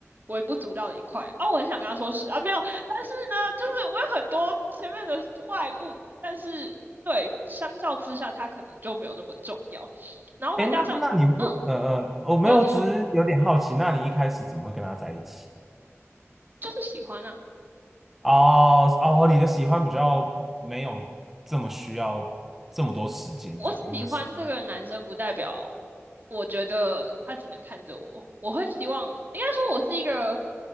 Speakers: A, on the right; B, in the centre.
A: 微不足道的一块啊？啊我很想跟他说是啊，没有，但是呢，就是我有很多前面的外物，但是对，相较之下，他可能就没有那么重要。然后再加上，
B: 哎，那你为呃呃，
A: 嗯，
B: 我没有，
A: 你说你说，
B: 只是有点好奇，那你一开始怎么会跟他在一起？
A: 就是喜欢啊，
B: 哦哦，你的喜欢比较没有这么需要这么多时间，
A: 我喜欢这个男生不代表
B: 这样你们时间
A: 我觉得他只能看着我，我会希望，应该说我是一个